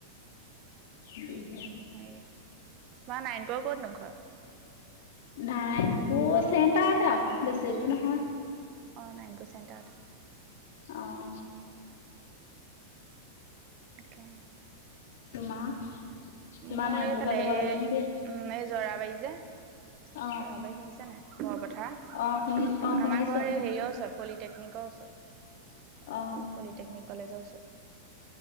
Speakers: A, on the left (about 70°); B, on the right (about 40°).
A: দুই
B: হেই তোমাৰ নাইনপুৰ ক'ত নো ঘৰ
A: নাইন পু চেণ্টাতে আও বেছি দূৰ নহয়
B: অ নাইন পু চেণ্টাৰটে
A: অহ
B: তাকে
A: তোমাৰ তোমাৰ
B: মোৰ
A: নাৰায়ণপুৰৰ
B: এইফালে
A: পৰা যাব
B: এই
A: লাগে নেকি
B: উম এই জৰাবাৰী যে
A: অ
B: তৰাবাৰ শুনিছা নাই ব পথা আমাৰ
A: অ শুনি অ শুনিছো
B: ঘৰ এই হেৰিয়ৰ ওচৰত পলিটেকনিকৰ ওচৰত
A: অ
B: পলিটেকনিক কলেজৰ ওচৰত